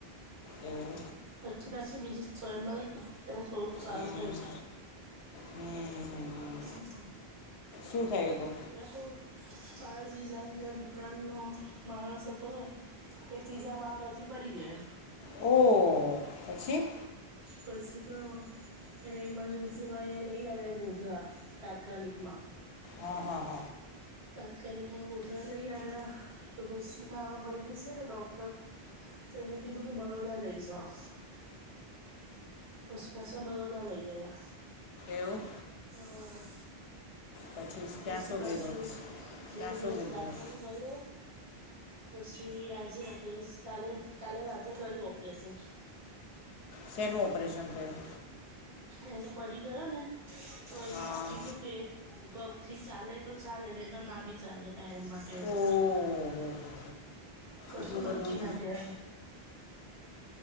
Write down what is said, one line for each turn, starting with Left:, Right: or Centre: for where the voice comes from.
Left: એવું!
Right: પછી પાછી બીજી સોય મરાઈ ત્યારે થોડુંક સારું
Left: હમ
Right: થયું.
Left: હમ હમ હમ
Right: <unintelligible>
Left: શું થયું તું?
Right: એમાં શું મારા જીજાજીના દુકાનનો માણસ હતો. એ ત્રીજા માળ પરથી પડી ગયો.
Left: ઓહોહો! પછી?
Right: પછી તો એને ઈમરજન્સીમાં અહીંયા લઈ આવ્યા ગોધરા તાત્કાલિકમાં.
Left: અ હ હ.
Right: તાત્કાલિકમાં ગોધરા લઈ આવ્યાં. તો પછી મારો ભય બી છે ને ડોક્ટર તો એને કીધું કે બરોડા લઈ જાવ. પછી પાછાં બરોડા લઈ ગયાં
Left: એવું
Right: હમ્મ.
Left: પછી ત્યાં
Right: પસી
Left: શું
Right: પાછું
Left: કીધું
Right: બે
Left: ત્યાં
Right: દિવસ
Left: શું કીધું
Right: દાખલ કર્યો. પછી આજે એટલે કાલે કાલે રાત્રે કર્યુ ઓપરેશન.
Left: શેનું ઓપરેશન થયું?
Right: એને પડી ગયોને તો અહિયાં
Left: હા
Right: કીધું કે પગથી ચાલે તો ચાલે નહિં તો ના બી ચાલે. એમ માટે એવું
Left: ઓહો હો
Right: કશું
Left: એટલું બધું
Right: નક્કી ના કહેવાય.